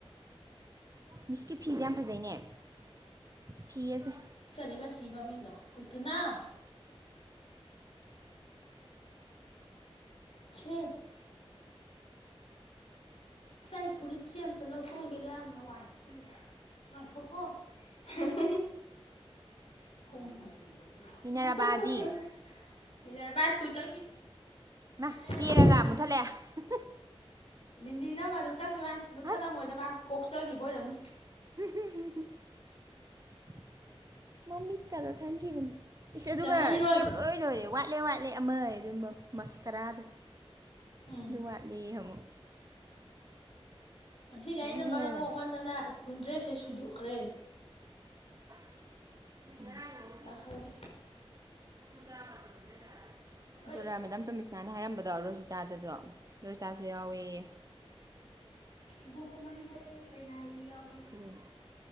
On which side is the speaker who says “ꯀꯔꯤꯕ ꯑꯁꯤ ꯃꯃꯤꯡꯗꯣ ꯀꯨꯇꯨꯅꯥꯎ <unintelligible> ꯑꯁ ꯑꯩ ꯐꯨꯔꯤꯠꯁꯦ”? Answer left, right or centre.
Left